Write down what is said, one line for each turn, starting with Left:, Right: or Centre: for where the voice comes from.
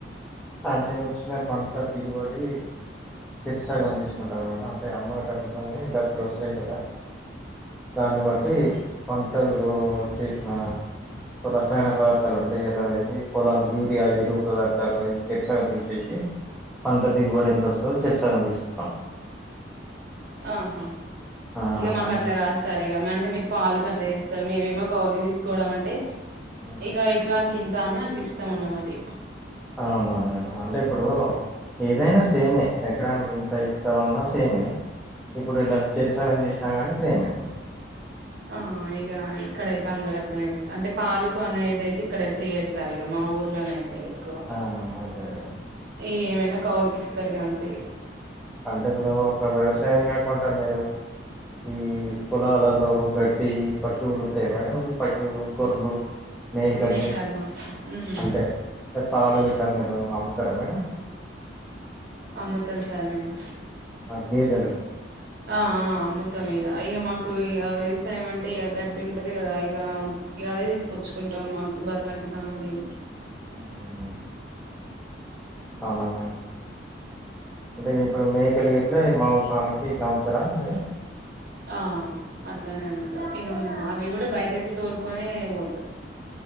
Centre: అంటే వచ్చిన పంట దిగుబడి చెరి సగం తీసుకుంటాం మేడం అం అమ్మటంతోని డబ్బులు వస్తాయి కదా దాన్ని బట్టి
Right: ఉమ్
Centre: ప అటవులో చేసిన రసాయన పదార్థాలు ఉంటాయి కదా ఇది పొలం యూరియా ఎరువు పదార్థాలు చెరుసగం తీసేసి పంట దిగుబడింత వ చెరుసగం తీసుకుంటాం
Right: ఆహా
Centre: ఆ,
Right: ఇగా మాకు
Centre: మా ఇంటి
Right: అట్లా గాదు సర్ ఇక మా అంటే మీ పలుకట్ల చేస్తారు మేమేమో కౌలు తీసుకోవడం అంటే
Centre: ఉమ్.
Right: ఏక ఎకరాన్కి కింత అని అట్లా ఇస్తాం అన్న మరి
Centre: అవునా మేడం అంటే ఇప్పుడు ఏదైనా సేమే ఎకరానికి ఇంత ఇస్తా మాన్న సేమే ఇప్పుడు ఇలా స్రసలం చేసినా కానీ సేమే
Right: ఆ ఇక ఇక్కడైతే అందరు అట్లనే అంటే, పాలకు అనేది అయితే ఇక్కడ చేయరు సార్ ఇక మా ఊర్లోనే ఎక్కువ
Centre: ఆ, అదే
Right: ఈ ఏమైనా కౌలికి ఇస్తారు గంతే
Centre: అంటే ఇప్పుడు ఒక వ్యవసాయం కాకుండా మీరు ఈ పోలాలలో గడ్డి పషూ పశువులు ఉంటాయి మేడం పశువులు గొర్రలు మేకలు
Right: ఉన్నాయి సార్ మాకు ఉమ్
Centre: అంటే అంటే పాలు గిట్లా మీరు అమ్ము తార మేడం
Right: అమ్ముతలు సార్ నేను
Centre: అగే తెల
Right: ఆ ఆ అమ్ముతాం ఇక, ఇక మాకు ఇక వ్యవసాయం అంటే ఇక గడ్డి ఉంటది కదా, ఇక ఇ అదే తీసుకొచ్చుకుంటాం, మాకు బర్లకి దానికి దేనికి
Centre: మ్మ్, మ్మ్. అవునా మే అంటే ఇప్పుడు మేకలు గిట్ల న మాస్ పనికి ఇట్లా అముతారా మెడం
Right: ఆ అట్లనే అమ్ముతం ఇగ మేము అవి కూడా బయటకి తోలుకొనే పోతారు